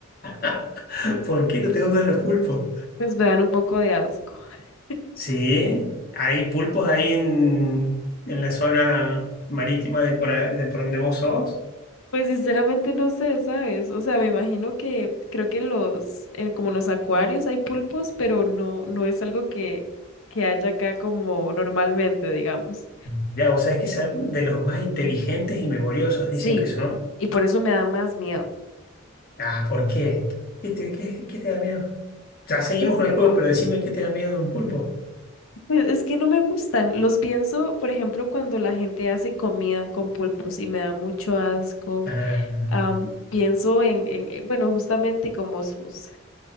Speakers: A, on the left; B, on the left.
A: <laughs> ¿Por qué no te gustan los pulpos?
B: Pues me dan un poco de asco. <laughs>
A: Sí, hay pulpos ahí en, en la zona marítima de por, ahí- de por donde vos sos.
B: Pues sinceramente no sé, ¿sabes? O sea, me imagino que creo que en los, en como en los acuarios hay pulpos, pero no, no es algo que, que haya acá como normalmente, digamos.
A: Mirá, vos sabés que son de los más inteligentes y memoriosos,
B: Sí,
A: dicen que son.
B: y por eso me dan más miedo.
A: Ah, ¿por qué? ¿Qué te, qué- qué te da miedo? Ya seguimos
B: Pues,
A: con el juego, pero decime qué te da miedo de un pulpo.
B: pues es que no me gustan. Los pienso, por ejemplo, cuando la gente hace comida con pulpos y me da mucho asco.
A: Ah,
B: Am, pienso en, en, eh, bueno, justamente como sus,